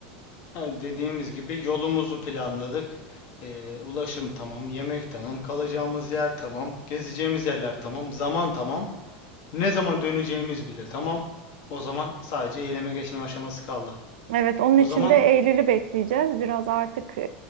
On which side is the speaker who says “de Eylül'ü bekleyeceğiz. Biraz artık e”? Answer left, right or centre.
Right